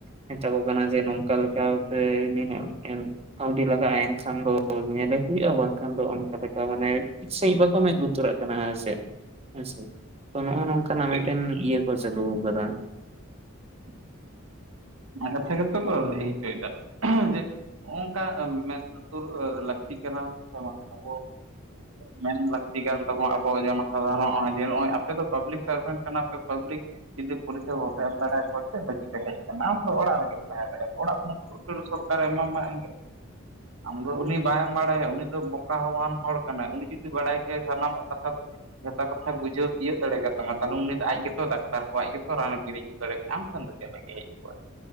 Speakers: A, on the right; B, on the right.
A: ᱢᱮᱛᱟ ᱠᱚ ᱠᱟᱱᱟ ᱡᱮ ᱱᱚᱝᱠᱟ ᱞᱮᱠᱟ ᱱᱤᱱᱟᱜ ᱠᱟᱹᱣᱰᱤ ᱞᱟᱜᱟᱜᱼᱟ, ᱮᱱ ᱠᱷᱟᱱ ᱫᱚ ᱧᱮᱞᱮ ᱦᱩᱭᱩᱜᱼᱟ, ᱵᱟᱝᱠᱷᱟᱱ ᱫᱚ ᱚᱱᱠᱟ ᱞᱮᱠᱟ ᱢᱟᱱᱮ ᱴᱷᱤᱠ ᱥᱟᱺᱦᱤᱡ ᱵᱟᱠᱚ ᱢᱮᱸᱫᱽ ᱞᱩᱛᱩᱹᱨᱟᱜ ᱠᱟᱱᱟ ᱦᱮᱸᱥᱮ᱾ ᱟᱪᱪᱷᱟ, ᱛᱚ ᱱᱚᱜᱼᱚ ᱱᱚᱝᱠᱟᱱᱟᱜ
B: ᱥᱮ
A: ᱢᱤᱫᱴᱮᱱ ᱤᱭᱟᱹ ᱠᱚ ᱪᱟᱹᱞᱩ ᱠᱟᱫᱟ᱾ <inaudible>
B: ᱱᱚᱣᱟ ᱠᱟᱛᱷᱟ ᱜᱮᱛᱚ ᱠᱚ ᱞᱟᱹᱭ ᱪᱚᱭ ᱫᱟ ᱡᱮ ᱱᱚᱝᱠᱟ ᱢᱮᱫ ᱞᱩᱛᱩᱨ ᱞᱟᱹᱠᱛᱤ ᱠᱟᱱᱟ ᱦᱮᱥᱮ ᱵᱟᱝ ᱟᱵᱚ
A: <inaudible>
B: ᱢᱮᱱ ᱞᱟᱹᱠᱛᱤ ᱠᱟᱱ ᱛᱟᱵᱚᱱᱟ ᱟᱵᱚ ᱡᱚᱱ ᱥᱟᱫᱷᱟᱨᱚᱱ ᱱᱚᱜᱼᱚᱭ ᱡᱮ ᱱᱚᱜᱼᱚᱭ ᱟᱯᱮ ᱫᱚ ᱯᱟᱵᱽᱞᱤᱠ ᱥᱟᱨᱵᱷᱮᱱᱴ ᱠᱟᱱᱟ ᱯᱮ ᱯᱟᱵᱽᱞᱤᱠ ᱡᱩᱫᱤ ᱯᱩᱞᱤᱥ ᱴᱷᱮᱵᱚ ᱥᱮᱱᱫᱟᱲᱮ ᱠᱚ ᱥᱮ ᱪᱮᱫᱽ ᱯᱮ ᱪᱤᱠᱟᱹᱭ ᱮᱫᱟ? ᱟᱢ ᱫᱚ ᱚᱲᱟᱜ ᱨᱮᱜᱮᱢ ᱛᱟᱦᱮᱸ ᱫᱟᱲᱮᱭᱟᱜᱼᱟ᱾ ᱚᱲᱟᱜ ᱠᱷᱚᱱ ᱫᱩᱨᱩᱯ ᱫᱩᱨᱩᱯ ᱥᱚᱨᱠᱟᱨᱮ ᱮᱢᱟᱢᱟ ᱮᱢᱟᱱ ᱟᱢ ᱫᱚ ᱩᱱᱤ ᱵᱟᱝ ᱵᱟᱲᱟᱭᱟ᱾ ᱩᱱᱤ ᱫᱚ ᱵᱚᱠᱟ ᱦᱚᱸ ᱟᱱ ᱦᱚᱲ ᱠᱟᱱᱟᱭ ᱩᱱᱤ ᱡᱩᱫᱤ ᱵᱟᱲᱟᱭ ᱠᱮᱟᱭ ᱥᱟᱱᱟᱢᱟᱜ ᱠᱟᱛᱷᱟ ᱫᱚ ᱡᱚᱛᱟ ᱠᱟᱛᱷᱟ ᱵᱩᱡᱷᱟᱹᱣ ᱛᱤᱭᱳᱜ ᱫᱟᱲᱮ ᱠᱟᱛᱟ ᱢᱟ ᱛᱟᱦᱚᱞᱮ ᱩᱱᱤ ᱫᱚ ᱟᱡ ᱜᱮᱛᱚ ᱰᱟᱠᱛᱟᱨ ᱠᱚ ᱟᱡ ᱜᱮᱛᱚ ᱨᱟᱱᱮ ᱠᱤᱨᱤᱧ ᱟᱜᱩ ᱫᱟᱲᱮ ᱠᱮᱭᱟ᱾ ᱟᱢ ᱴᱷᱮᱱ ᱫᱚ ᱪᱮᱫ ᱞᱟᱜᱤᱛ ᱦᱮᱡ? ᱠᱚᱜᱼᱟ